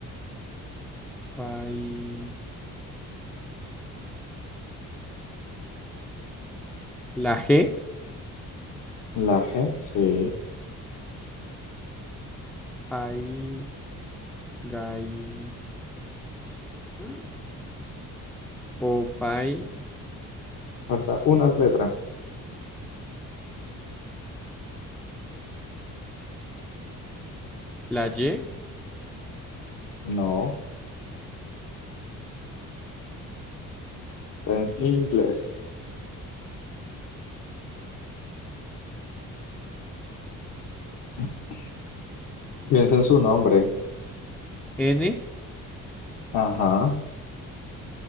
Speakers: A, in the centre; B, on the left.
A: pay. La G,
B: La G, sí.
A: pay, gay. mm, O pay,
B: Falta una letra.
A: la Y,
B: No, está en inglés. <clears throat> Piensa en su nombre.
A: N.
B: Ajá.